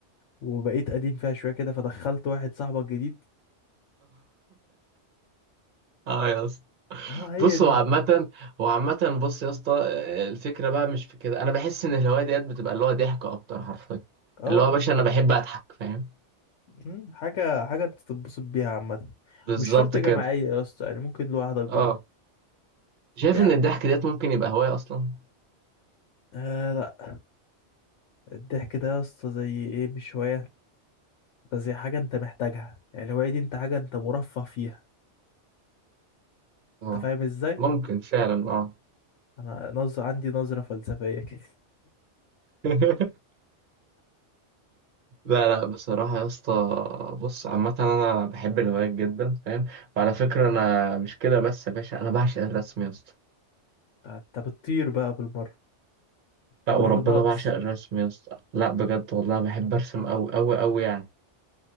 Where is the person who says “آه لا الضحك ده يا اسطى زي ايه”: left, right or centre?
Left